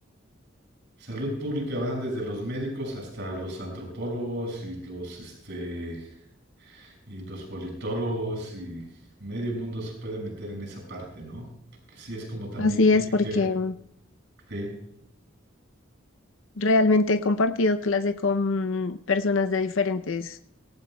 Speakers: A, on the right; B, on the left.
A: salud pública van desde los médicos hasta los antropólogos y los, este, Y los politólogos y medio mundo se puede meter en esa parte, ¿no? Porque sí es como también
B: Así
A: tiene
B: es, porque
A: que ver, sí,
B: realmente he compartido clase con personas de diferentes